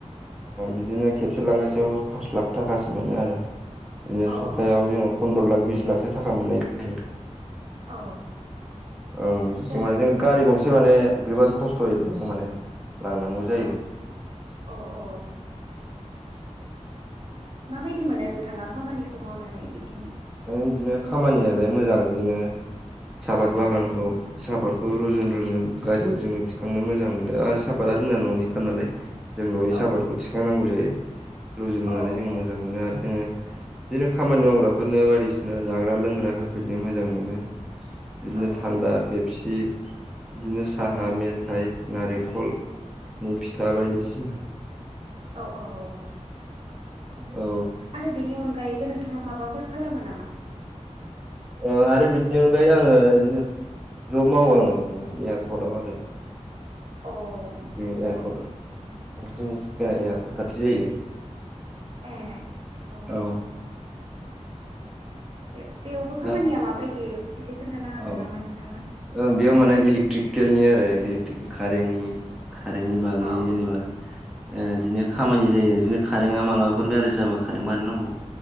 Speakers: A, in the centre; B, on the right (about 50°).
A: बिदिनो खेबसे लांगासेयाव पास लाख थाखासो मोनो आरो। बिदिनो
B: औ
A: सप्तायाव जोङो फन्द्र' लाख बिस लाखसो थाखा मोननाय जायो।
B: औ। औ
A: ओं बिजों
B: मोजाङानो
A: माने
B: होमबालाय
A: गारि गंसे माने गोबां खस्थ'यै जों माने। लांनांगौ जायो।
B: औ औ औ माबायदि मोनो नोंथाङा खामानिखौ मावनानै बिदि।
A: बिदिनो
B: बिजनेसखौ
A: खामानियालाय
B: मावनो
A: मोजां बिदिनो साहापात
B: औ
A: बागानखौ साहाफात। रुजुन रुजुन गारियाव जोङो थिखांनो मोजां मोनो आरो साफाता जोंना न'निखा नालाय। जों न'नि
B: औ
A: साहापादखौ थिखांनांगौ जायो रुजुननानै
B: औ
A: जोङो मोजां मोनो आरो जोङो। बिदिनो खामानि
B: औ
A: मावग्राफोरनो बायदिसिना जाग्रा लोंग्रा होफैनो मोजां मोनो बिदिनो
B: औ
A: थान्दा फेपसि बिदिनो साहा
B: औ
A: मेथाइ नारेंखलनि फिथा बायदिसिना
B: औ औ औ
A: औ
B: आरो बेनि अन गायैबो नोंथाङा माबाफोर खालामो नामा?
A: ओ आरो
B: अ
A: बेनि अनगायै आङो ओ बिदिनो जब मावो आङो बिदिनो एयारपर्टआव आरो
B: अ
A: ओम एयारपर्ट जोंना एयारपर्ट
B: अ औ
A: खाथि जायो
B: ए अ
A: औ
B: बे बेयावबो खामानिया
A: दा
B: माबायदि एसे खोन्थानो हागोन
A: औ
B: नामा नोंथाङा?
A: ओं बेयाव माने इलेक्ट्रिकेलनि आरो इलेकट्रिकेल कारेन्टनि कारेन्टनि बागै
B: औ
A: जेनेबा बिदिनो
B: औ
A: खामानि जायो बिदिनो कारेङा मालाबाफोर गाज्रि जाबा कारें बानायनांगौ